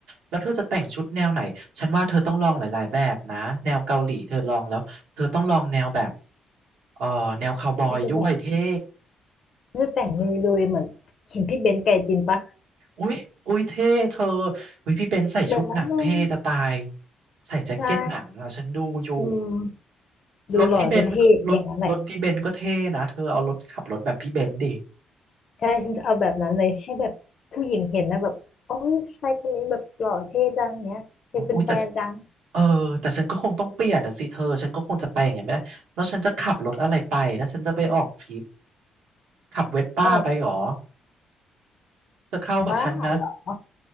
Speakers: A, on the right (about 85°); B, on the left (about 55°).
A: แล้วเธอจะแต่งชุดแนวไหนฉันว่าเธอต้องลองหลายๆแบบนะแนวเกาหลีเธอลองแล้วเธอต้องลองแนวแบบเออแนวคาวบอยด้วยเท่
B: ฉันจะแบบฉันจะแต่งลุยๆเหมือนเห็นพี่เบนซ์ไกจินปะ
A: อุ้ยอุ้ยเท่เธออุ้ยพี่เบนซ์ใส่ชุดหนังเท่จะตาย
B: แบบนั้นเลย
A: ใส่แจ็คเก็ตหนังอ่ะฉันดูอยู่
B: ใช่อืมดูหล่อดูเท่อย่างนั้นแหละ
A: รถพี่เบนซ์รถรถพี่เบนซ์ก็เท่นะเธอเอารถขับรถแบบพี่เบนซ์ดิ
B: ใช่ฉันจะเอาแบบนั้นเลยให้แบบผู้หญิงเห็นนะแบบโอ้ยผู้ชายคนนี้แบบหล่อเท่จังเนี้ยอยากเป็นแฟนจัง
A: อุ้ยแต่ฉันเออแต่ฉันก็คงต้องเปลี่ยนอ่ะสิเธอฉันก็คงจะไปอย่างเงี้ยไม่ได้แล้วฉันจะขับรถอะไรไปแล้วฉันจะไปออกทริปขับเวสป้าไปหรอ
B: อ๋อ
A: จะเข้ากับฉันไหม
B: บ้าเหรอ